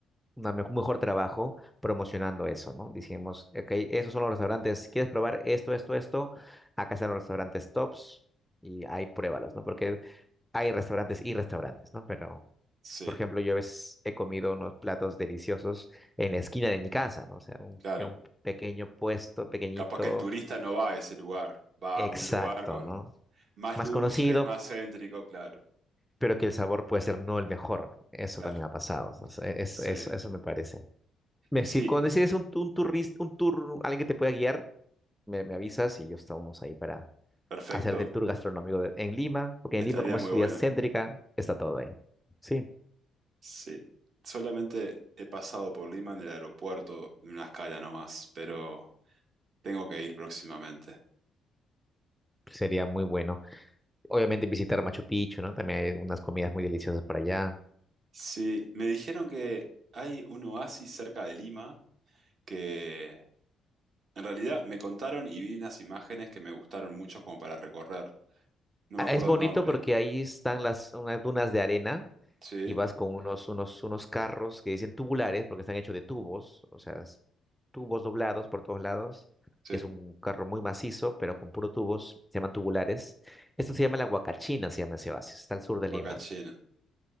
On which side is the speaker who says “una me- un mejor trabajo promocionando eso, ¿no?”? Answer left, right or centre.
Centre